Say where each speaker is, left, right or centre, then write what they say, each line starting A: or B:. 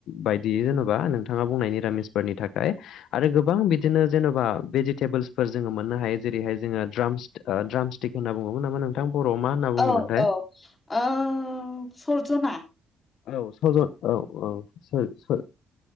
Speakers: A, on the left (about 80°); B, on the left (about 25°).
A: बायदि जेन'बा नोंथाङा बुंनाय निरामिस फोरनि थाखाय आरो गोबां बिदिनो जेन'बा भेजिटेबोल्सफोर जोङो मोननो हायो जेरैहाय जोङो ट्रामस्त ट्रामस्तिक होनना बुङोमोन नामा नोंथां। बर'आव मा होनना बुङोमोनथाय?
B: औ औ ओ सरजना
A: औ सजन औ औ स-स